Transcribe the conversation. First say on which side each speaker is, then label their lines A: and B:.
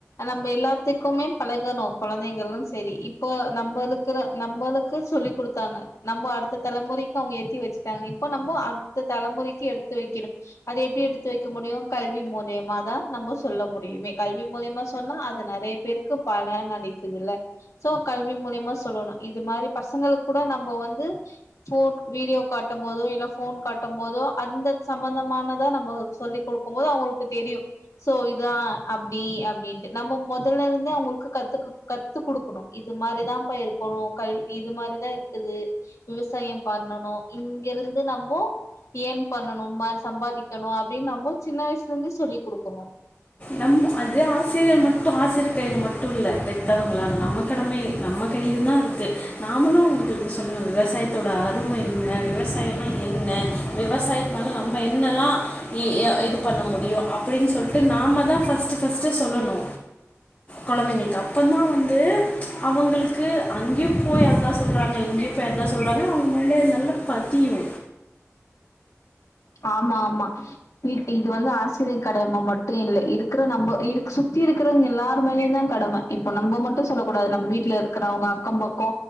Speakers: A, on the left (about 80°); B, on the left (about 35°).
A: நம்ம எல்லாத்துக்குமே பழகணு கொழந்தைகளு செரி இப் போ நம்மருக்ற நம்மளுக்கு சொல்லி் குடுத்தாங்க நம்ம அடுத்த தலைமுறைக்கு அவுங்க எத்தி வச்சுட்டாங்க இப்போ நம்ம அடுத்த தலைமுறைக்கு எடுத்து வைக்கணு அது எப்டி எடுத்து வைக்க முடியு கல்வி முல் லியாமா தா நம்ம சொல்ல முடியுமே கல்வி மூலியமா சொன்னா அது நெறய பேருக்கு பலன் அளிக்குதுல்ல சோ கல்வி மூலியமா சொல்லணு இது மாரி பசங்களுக்கு கூட நம்ம வந்து <unintelligible> வீடியோ காட்டபோது இல்ல ஃபோன் காட்டபோதோ அந்த சம்பந்தமானதா நம்ம சொல்லி குடுக்குபோது அவுங்களுக்கு தெரியு சோ இதா அப்டி அப்டின்ட்டு நம்ம மொதல்ல இருந்தே அவுங்களுக்கு கத்துக்க கத் த்து குடுக்கணு இது மாரிதாப்பா இருக்கணு கல் இது மாரிதா இருக்குது விவசாயோ பண்ணணு இங்கெருந்து நம்போ எர்ன் பண்ணனும்னா சம்பாதிக்கணு அப்டின்னு நம்ம சின்ன வயசுல இருந்தே சொல்லிக் குடுக்கணு
B: நம்ம அது ஆசிரியர் மட்டு ஆசிரியர் கையில மட்டு இல்ல பெத்தவங்களான நம்ம கடமயு நம்ம கையிலயு தா இருக்கு நாமளு அவுங்களுக்கு சொல்லணும்ல விவசாயத்தோட அரும என்ன விவசா விவசாயம்ன்னா என்ன விவசாயத்தனால நம்ம என்னல்லா ஈ ய இது பண்ண முடியு அப்டின்னு சொல்ட் டு நாம தா ஃபர்ஸ்ட் ஃபர்ஸ்ட்டு சொல்லணு கொழந்தைங்களுக்கு அப்ப தா வந்து அவுங்களுக் கு அங்கே போய் அதா சொல்றாங்க இங்கே போய் அதா சொல்றாங்கன்னு அவுங்க மண்டைல நல்லா பதியு
A: ஆமா ஆமா இது வந்து ஆசிரிய கடம மட்டு இல்ல இருக்குற நம்ப சுத்தி இருக்றவங்க எல்லாரு மேலயு தா கடம இப்ப நம்ப மட்டு சொல்லக்கூடாது நம்ம வீட்ல இருக்கிறவங்க அக்கோ பக்கோ